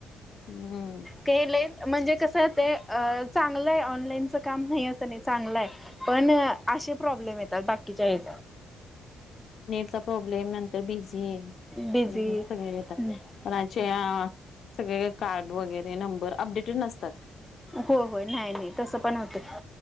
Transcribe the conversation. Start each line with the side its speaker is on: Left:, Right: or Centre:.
Left: हं.
Centre: केले म्हणजे कसं ते चांगलं आहे ऑनलाईनचं काम नाही असं नाही चांगलं आहे. पण असे प्रॉब्लेम येतात बाकीच्या हेन
Left: नेटचा प्रॉब्लेम नंतर बिझी
Centre: बिझी
Left: सगळं येतात.
Centre: हो
Left: कार्ड नंबर वगैरे अपडेटेड नसतात.
Centre: हो हो नाय नाय, तसं पण होतं.